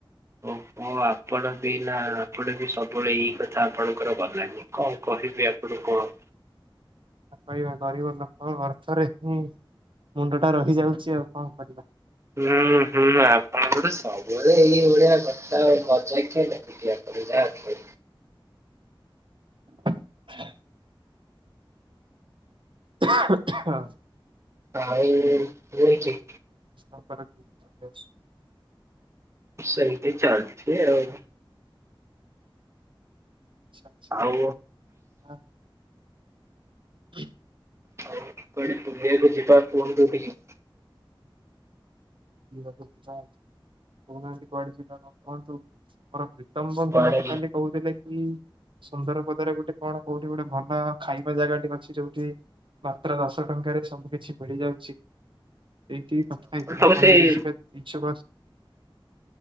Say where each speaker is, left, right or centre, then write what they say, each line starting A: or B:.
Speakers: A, on the right (about 30°); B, on the right (about 65°).
A: ହଉ। ହଁ, ଆପଣ ବି ନା ଆପଣ ବି ସବୁବେଳେ ଏଇ କଥା, ଆପଣଙ୍କର ଗଲାନି କଣ କହିବି ଆପଣଙ୍କୁ? <inaudible>
B: କହିବା ଗରିବ ଲୋକଙ୍କ ଅର୍ଥରେ ହିଁ ମୁଣ୍ଡ ଟା ରହି ଯାଉଛି, ଆଉ କଣ କରିବା?
A: ହୁଁ ହୁଁ ଆପଣଙ୍କର ସବୁବେଳେ ଏଇ ଭଳିଆ କଥା ମଜାକିଆ ଲୋକଟି ଆ <inaudible>
B: <inaudible> ଆହଁ ଆହଁ।
A: ଆଉ ନୁହେଁ କି?
B: ଆପଣ <unintelligible>
A: ସେମିତି ଚାଲଛି ଆଉ।
B: ଆଛା ଆଛା।
A: ଆଉ
B: ହଁ
A: ଆଉ କୁଆଡେ ବୁଲିବାକୁ ଯିବା କୁହନ୍ତୁ ଟିକେ।
B: କୁଆଡେ ଯିବା, କହୁ ନାହାନ୍ତି। କୁଆଡେ ଯିବା କ କୁହନ୍ତୁ, ଆମର ପ୍ରୀତମ
A: କୁଆଡେ
B: ବନ୍ଧୁ ମତେ କାଲି କହୁଥିଲେ ସୁନ୍ଦର ପଦରେ ଗୋଟେ କଣ କୋଉଠି ଗୋଟେ ଭଲ ଖାଇବା ଜାଗା ଟେ ଅଛି ଯୋଉଠି ମାତ୍ର ଦଶ ଟଙ୍କାରେ ସବୁ କିିଛି ମିଳିଯାଉଛି। ଏଇଠି କଥା ହେଇଥିଲା
A: ସବୁ
B: ଆପଣ
A: ସେଇ
B: ଯଦି ଯିବାକୁ ଇଛୁକ ଅ